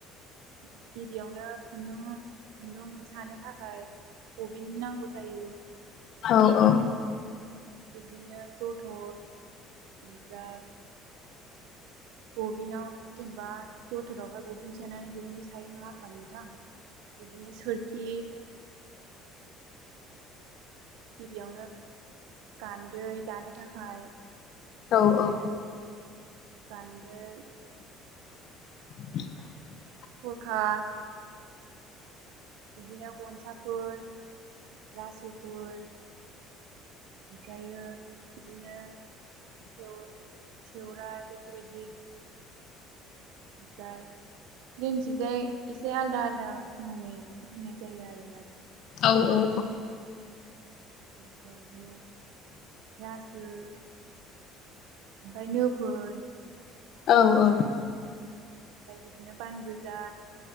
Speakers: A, on the right; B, on the left.
A: गिबियावनो खुन्दुं खुन्दुं सानो थाखाय। बबिन नांगौ जायो।
B: औ औ
A: बिदिनो जथर ओमफ्राय गबिनल जेनेबा जथोरावहाय बबिेन सोनानै दुरुंबो सायो नङा होमबा नोंथां बिदिनो सोरखि <inaudible> गिबियावनो गान्दै दानो थाखाय ओमफ्राय
B: औ औ
A: गान्दै
B: <inaudible>
A: खरखा बिदिनो गनसाफोर रासोफोर ओमफ्रायो बिदिनो सेव सेवराइ बेफोरबायदि ओमफ्राय जोंथिंजाय एसे आलदा आलादा मुङै-' नाय जायो आरो
B: औ
A: नो <unintelligible> रासो ओमफ्राय नोफोर <inaudible>
B: औ औ।
A: ओमफ्राय बिदिनो बान गोजा